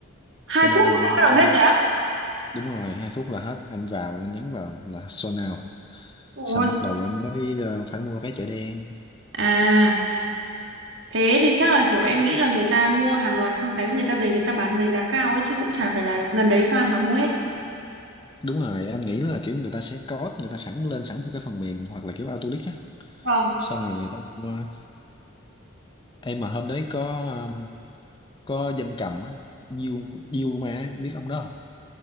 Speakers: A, on the right; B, on the left.
A: Hai
B: cho nên
A: phút
B: anh
A: đã bắt
B: cũng
A: đầu hết rồi á?
B: đúng rồi 2 phút là hết anh vào anh nhấn vào là sold out
A: Ôi.
B: xong bắt đầu anh mới ờ, phải mua vé chợ đen
A: À. Thế thì chắc là kiểu em nghĩ là người ta mua hàng loạt xong cái người ta về người ta bán với giá cao ấy chứ cũng chả phải là gần đấy fan mà mua hết.
B: đúng rồi anh nghĩ là kiểu người ta sẽ code người ta sẵn lên sẵn một cái phần mềm hoặc là kiểu Autolic á
A: Vâng.
B: xong rồi người ta mua em mà hôm đấy có ờ, có danh cầm á Diêu Diêu mà biết ông đó